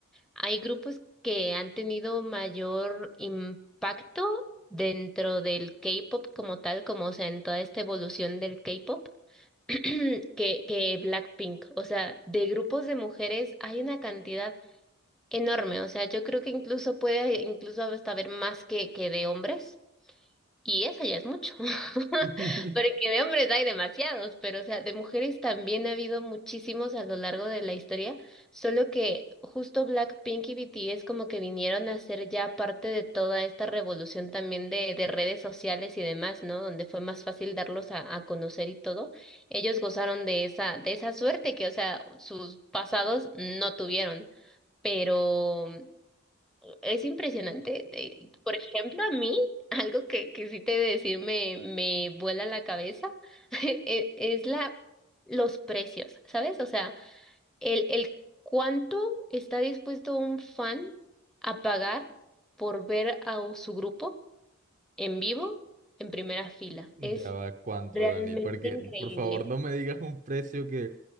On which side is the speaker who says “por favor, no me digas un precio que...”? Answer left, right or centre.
Right